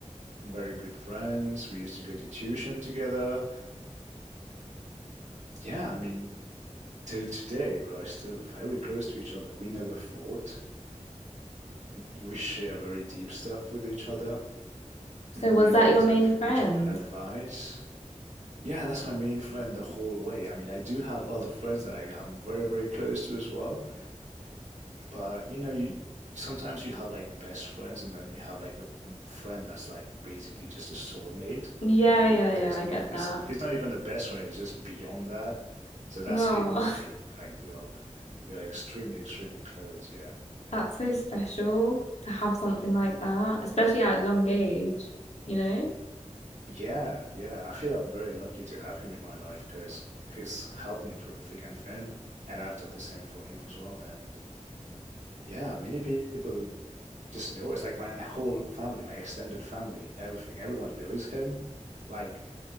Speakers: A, on the right; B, on the left.
A: very good friends. We used to go to tuition together. Yeah, I mean, till today we are still very close to each other. We never fought. We share very deep stuff with each other.
B: So
A: We
B: was
A: always
B: that your main
A: give
B: friend?
A: each other advice. Yeah, that's my main friend the whole way. I mean, I do have other friends that I, I'm very, very close to as well. But you know, you sometimes you have like best friends, and then you have like a friend that's like basically just a soulmate.
B: Yeah,
A: You know,
B: yeah,
A: there's
B: yeah, I
A: not.
B: get
A: It's,
B: that.
A: he's not even a best friend. It's just beyond that. So that's
B: Oh,
A: him for me. Like we are, we are extremely, extremely close. Yeah.
B: <laughs> that's so special to have something like that, especially at a young age, you know?
A: Yeah, yeah. I feel I'm very lucky to have him in my life because he's helped me through thick and thin, and I've done the same for him as well. And yeah, many people just know us. Like my whole family, my extended family, everything, everyone knows him. Like